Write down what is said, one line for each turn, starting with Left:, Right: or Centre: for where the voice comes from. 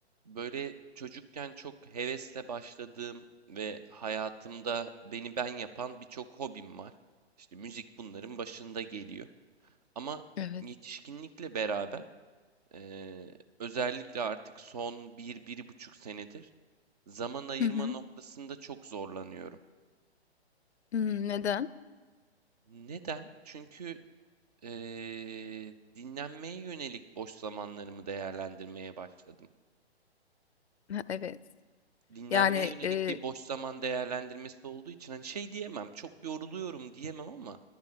Right: Böyle çocukken çok hevesle başladığım ve hayatımda beni ben yapan birçok hobim var. İşte müzik bunların başında geliyor. Ama
Left: Evet.
Right: yetişkinlikle beraber eee, özellikle artık son bir, bir buçuk senedir zaman ayırma
Left: Hı hı.
Right: noktasında çok zorlanıyorum.
Left: Hmm, Neden?
Right: Neden? Çünkü eee, dinlenmeye yönelik boş zamanlarımı değerlendirmeye başladım.
Left: Ha, Evet.
Right: dinlenmeye
Left: Yani
Right: yönelik
Left: e,
Right: bir boş zaman değerlendirmesi olduğu için hani şey diyemem, çok yoruluyorum diyemem ama